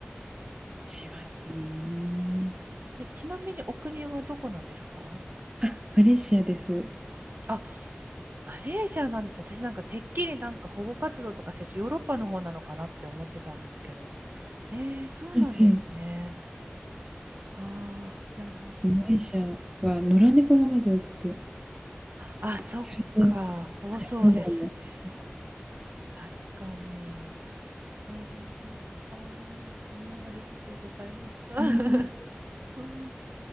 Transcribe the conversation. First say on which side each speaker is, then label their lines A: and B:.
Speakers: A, on the right (about 50°); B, on the right (about 20°).
A: そ
B: しますね。
A: っか。え、ちなみにお国はどこなんですか
B: あ、マレーシアです。
A: あ、マレーシアなんです。私なんかてっきりなんか保護活動とかしてるとヨーロッパの方なのかなって思ってたんですけど。ええそうなんですね。
B: はいはい。
A: あ
B: そうです。
A: あ、いや、なんか。
B: マレーシアは野良猫がまず多くて、
A: あ、そっか。
B: それで
A: 多そうですね。
B: 保護も。あ
A: 確かに。えーでも本当可愛いね。ありがとうございました。<laughs> はい
B: りがとうございます